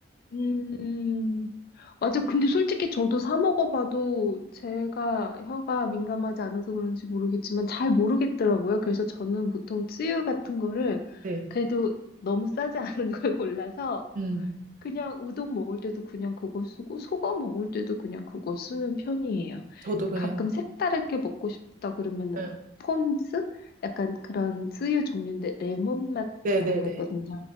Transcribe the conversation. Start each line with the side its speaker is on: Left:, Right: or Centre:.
Left: 음, 맞아. 근데 솔직히 저도 사 먹어봐도 제가 혀가 민감하지 않아서 그런지 모르겠지만 잘 모르겠더라고요. 그래서 저는 보통 쯔유 같은 거를
Right: 네.
Left: 그래도 너무 싸지 <laughs> 않은 걸 골라서
Right: 음.
Left: 그냥 우동 먹을 때도 그냥 그거 쓰고, 속어 먹을 때도 그냥 그거 쓰는 편이에요.
Right: 저도 그냥
Left: 가끔 색다르게 먹고 싶다 그러면은
Right: 네.
Left: 폰즈? 약간 그런 쯔유 종류인데 레몬 맛
Right: 네네네.
Left: 들어간 거 있거든요.